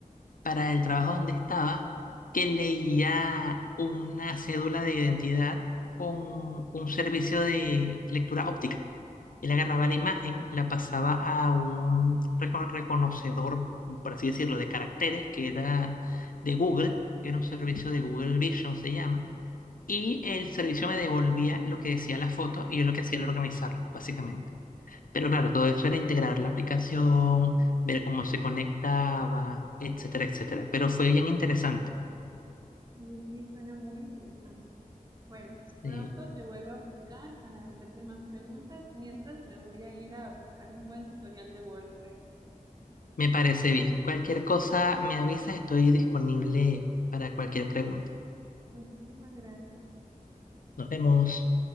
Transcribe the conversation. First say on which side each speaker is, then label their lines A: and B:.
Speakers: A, on the left; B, on the right.
A: para el trabajo donde estaba, que leía una cédula de identidad con un servicio de lectura óptica. Él agarraba la imagen, la pasaba a un recono- reconocedor, por así decirlo, de caracteres, que era de Google, era un servicio de Google Vision, se llama, y el servicio me devolvía lo que decía la foto y yo lo que hacía era organizarlo, básicamente. Pero claro, todo eso era integrar la aplicación, ver cómo se conectaba, etcétera, etcétera. Pero fue bien interesante.
B: Oye, sí, suena muy interesante. Bueno, pronto
A: sí.
B: te vuelvo a buscar para hacerte más preguntas, mientras me voy a ir a buscar un buen tutorial de WordPress.
A: Me parece bien. Cualquier cosa me avisas, estoy disponible para cualquier pregunta.
B: Muchísimas gracias.
A: Nos vemos.